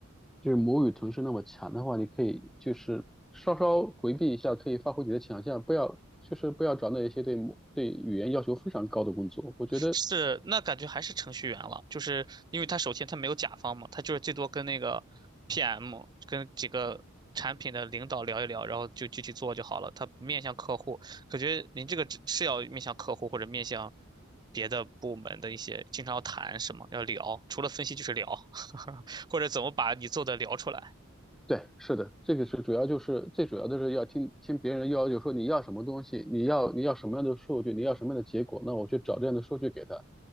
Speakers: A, in the centre; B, on the right.
A: 就是母语同时那么强的话，你可以就是稍稍回避一下，可以发挥你的强项，不要就是不要找那一些对母对语言要求非常高的工作。我觉得
B: 是，那感觉还是程序员了，就是因为他首先他没有甲方嘛，他就是最多跟那个 PM 跟几个产品的领导聊一聊，然后就具体做就好了。他面向客户，感觉您这个只是要面向客户或者面向别的部门的一些，经常要谈什么，要聊，除了分析就是聊，<laughs> 或者怎么把你做的聊出来。
A: 对，是的，这个是主要就是最主要的是要听听别人要求说你要什么东西，你要你要什么样的数据，你要什么样的结果，那我去找这样的数据给他。